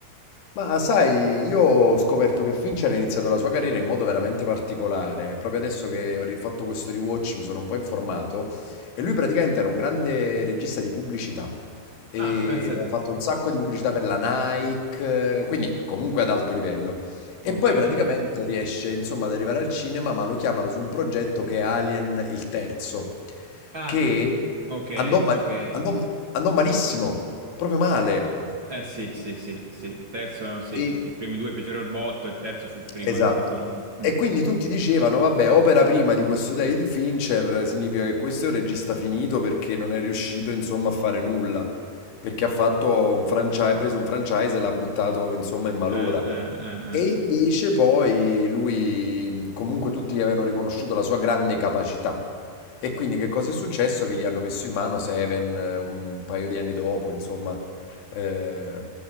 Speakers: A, on the left; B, on the right.
A: Ma sai, io ho scoperto che Fincher ha iniziato la sua carriera in modo veramente particolare. Proprio adesso che ho rifatto questo rewatch mi sono un po' informato e lui praticamente era un grande regista di pubblicità e
B: Ah, pensate.
A: ha fatto un sacco di pubblicità per la Nike, eh, quindi comunque ad alto livello. E
B: Ok.
A: poi praticamente riesce, insomma, ad arrivare al cinema, ma lo chiamano su un progetto che è Alien il terzo,
B: Ah,
A: che
B: ok,
A: andò, mal-
B: ok. Eh,
A: andò andò malissimo, proprio male.
B: eh, sì, sì, sì, sì, il terzo no, sì,
A: E
B: perché i primi due fecero il botto, il terzo fu il primo
A: Esatto.
B: del declino. Mm.
A: E quindi tutti dicevano, vabbè, opera prima di questo David Fincher significa che questo è un regista finito perché non è riuscito, insomma, a fare nulla, perché ha fatto un franchise, ha preso un franchise e l'ha buttato, insomma,
B: Eh,
A: in malora.
B: eh, eh,
A: E
B: eh.
A: invece poi lui, comunque tutti gli avevano riconosciuto la sua grande capacità. E quindi che cosa è successo? Che gli hanno messo in mano Seven eh, un paio di anni dopo, insomma, eh,